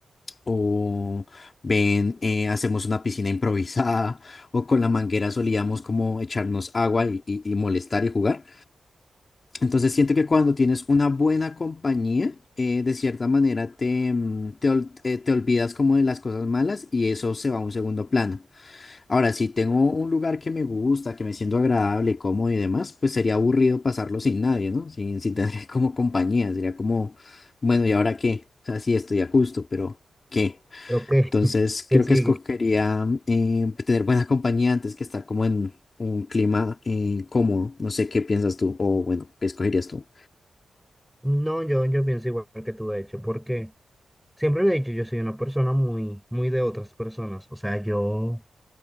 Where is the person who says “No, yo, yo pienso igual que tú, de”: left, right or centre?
Centre